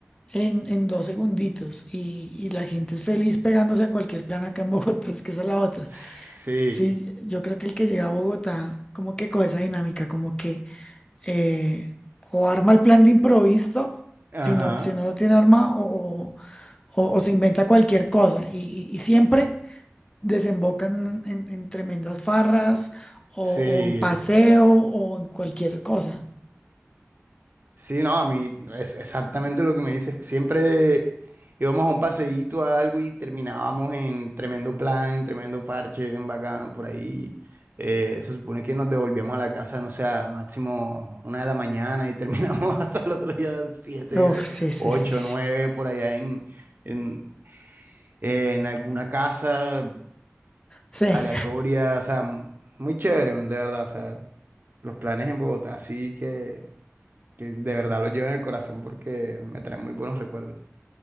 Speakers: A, on the left; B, on the right.
A: en, en dos segunditos y, y la gente es feliz pegándose a cualquier plan acá en Bogotá, <laughs> es que esa es la otra.
B: Sí.
A: Sí, yo creo que el que llega a Bogotá, como que con esa dinámica, como que eh, o arma el plan de improviso,
B: Ajá.
A: si no, si no lo tiene arma, o, o- o se inventa cualquier cosa. Y, y- y siempre desembocan en, en tremendas farras, o,
B: Sí.
A: o en paseo, o en cualquier cosa.
B: Sí, no, a mí es exactamente lo que me dices. Siempre íbamos a un paseíto a algo y terminábamos en tremendo plan, en tremendo parche, bien bacano por ahí. Eh, se supone que nos devolvíamos a la casa, no sé, a máximo una de la mañana y terminamos <laughs> hasta el otro día, siete,
A: Uf, sí, sí,
B: ocho,
A: sí. Sí,
B: nueve, por allá en, en, en alguna casa
A: Sí,
B: aleatoria. O sea, muy chévere, de verdad. O sea, los planes en Bogotá, así que que de verdad lo llevo en el corazón porque me trae muy buenos recuerdos.